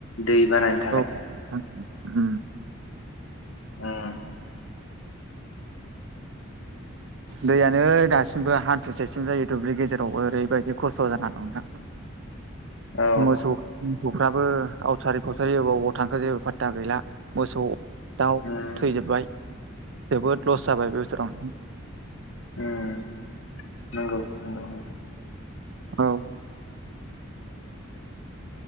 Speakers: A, on the left; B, on the right.
A: दै बानानानै
B: औ <unintelligible> ओम
A: ओम
B: दैयानो दासिमबो हान्थुसेसिम जायो दुब्लि गेजेराव ओरैबायदि खस्थ' जाना दं दां
A: औ
B: मोसौ मोसौफ्राबो आवसारि फावसारि एबाव एबाव थांखो जेबो फात्ता गैला मोसौ दाउ
A: उम
B: थैजोबबाय जोबोद लस जाबाय बे बोसोराव
A: ओम नंगौ नंगौ नोंथां
B: औ